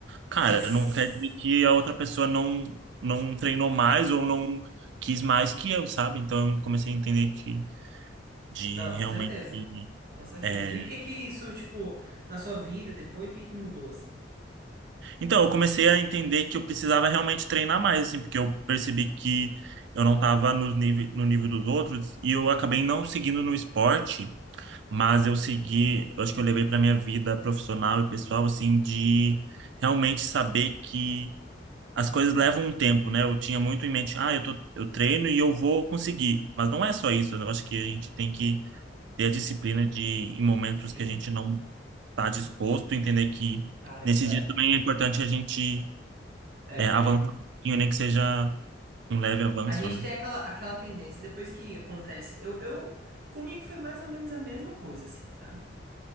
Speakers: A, on the right; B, on the right.
A: cara,
B: Mas,
A: não quer dizer que a outra pessoa não não treinou mais ou não quis mais que eu, sabe? Então eu comecei a entender que de
B: não, com
A: realmente.
B: certeza. Com certeza.
A: é.
B: E o que que isso, tipo, na sua vida depois, o que que mudou, assim?
A: Então, eu comecei a entender que eu precisava realmente treinar mais, assim, porque eu percebi que eu não estava no nível, no nível dos outros e eu acabei não seguindo no esporte, mas eu segui, eu acho que eu levei para minha vida profissional e pessoal, assim, de realmente saber que as coisas levam um tempo, né? Eu tinha muito em mente, ah, eu tô, eu treino e eu vou conseguir, mas não é só isso, eu acho que a gente tem que ter
B: Sim,
A: a disciplina de, em momentos
B: sim.
A: que a gente não estar disposto, entender que
B: Cara,
A: nesses
B: isso é.
A: dias também é importante a gente
B: É.
A: é, avançar um pouquinho, nem que seja um leve avanço,
B: A gente
A: né?
B: tem aquela, aquela tendência, depois que acontece. Eu, eu, comigo foi mais ou menos a mesma coisa, assim, sabe?